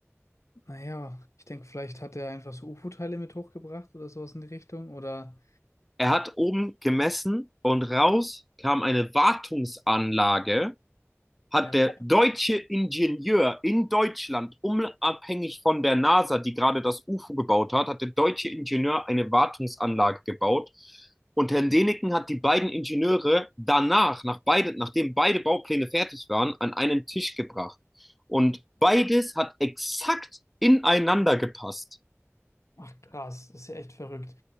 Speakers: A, on the left (about 80°); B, in the centre.
A: Naja, ich denke, vielleicht hat er einfach so UFO-Teile mit hochgebracht oder sowas in die Richtung. Oder
B: Er hat oben gemessen und raus kam eine Wartungsanlage
A: eine
B: hat der deutsche Ingenieur in Deutschland, unabhängig von der NASA, die gerade das UFO gebaut hat, hat der deutsche Ingenieur eine Wartungsanlage gebaut. Und Herrn Deneken hat die beiden Ingenieure danach, nach beide, nachdem beide Baupläne fertig waren, an einen Tisch gebracht. Und beides hat exakt ineinander gepasst.
A: Ach krass, das ist ja echt verrückt.